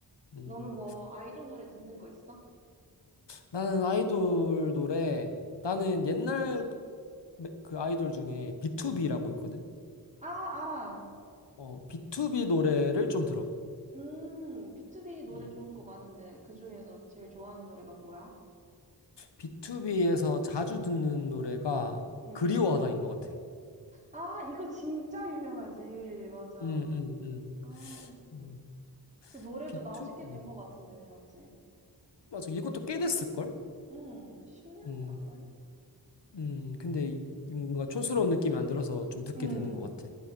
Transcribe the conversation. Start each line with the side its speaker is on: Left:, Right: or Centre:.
Left: 음.
Right: 너는 뭐 아이돌 노래 듣는 거 있어?
Left: 나는 아이돌 노래, 나는 옛날 매- 그 아이돌 중에 B2B라고
Right: 응.
Left: 있거든?
Right: 아, 알아.
Left: 어, B2B 노래를 좀 들어.
Right: 음, 비투비 노래
Left: 음.
Right: 좋은 거 많은데 그 중에서 제일 좋아하는 노래가 뭐야?
Left: B2B에서 자주 듣는 노래가
Right: 응.
Left: 그리워하다인 것 같아.
Right: 아, 이거 진짜 유명하지. 맞아.
Left: 음, 음, 음.
Right: 아,
Left: 음.
Right: 그 노래도
Left: B2B.
Right: 나온 지꽤 된 거 같은데, 맞지?
Left: 맞아. 이것도 꽤 됐을걸?
Right: 응, 10년
Left: 음,
Right: 가까이?
Left: 음. 근데 이- 뭔가 촌스러운 느낌이 안 들어서 좀 듣게
Right: 응,
Left: 되는 것 같아.